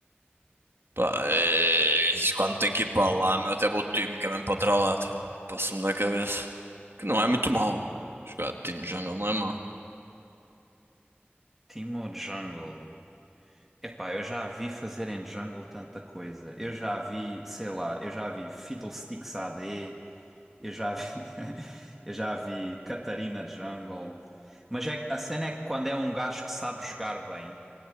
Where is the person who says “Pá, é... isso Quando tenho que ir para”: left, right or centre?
Right